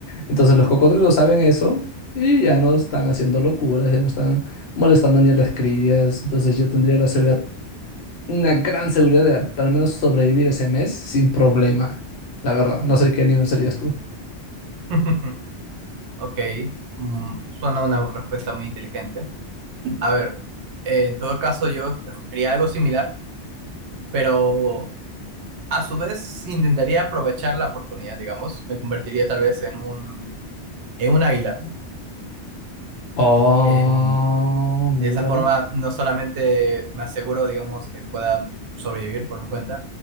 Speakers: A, on the left; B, on the right.
A: Entonces los cocodrilos saben eso y ya no están haciendo locuras, ya no están molestando ni a las crías. Entonces yo tendría la seguridad, una gran seguridad de al menos sobrevivir ese mes sin problema. La verdad, no sé qué nivel serías tú.
B: <laughs> Ok, mm, suena una respuesta muy inteligente. A ver, eh, en todo caso yo escogería algo similar, pero a su vez intentaría aprovechar la oportunidad, digamos, me convertiría tal vez en un, en un águila,
A: Oh,
B: en
A: míralo.
B: De esa forma, no solamente me aseguro, digamos, que pueda sobrevivir por mi cuenta,